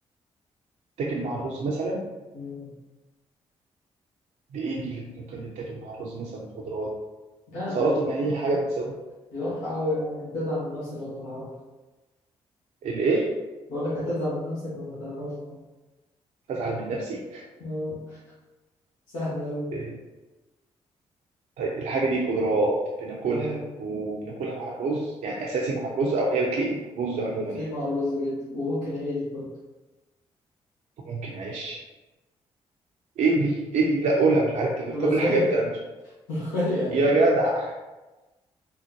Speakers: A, on the right; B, on the left.
A: تاكل مع الرز مثلا
B: مم.
A: بإيه دي اللي ممكن تتاكل مع الرز مثلا الخضروات
B: لا
A: سلطة
B: دي
A: ما هي حاجة بنسبة
B: دي واضحة أوي يعني هتزعل من نفسك لما تعرفها
A: الإيه
B: بقول لك هتزعل من نفسك لما تعرفها
A: هزعل من نفسي
B: آه سهلة أوي
A: إيه، طيب الحاجة دي خضروات بناكلها
B: آه
A: وبناكلها مع الرز يعني أساسي مع الرز أو هي بتليق مع الرز عموما
B: بتليق
A: يعني
B: مع الرز جدا وممكن عيش برضه
A: ممكن أعيش إيه دي إيه دي لا قولها مش عارف تفكر
B: ملوخية
A: لي حاجات أنا مش
B: <laughs> ملوخية يعني.
A: يا جدع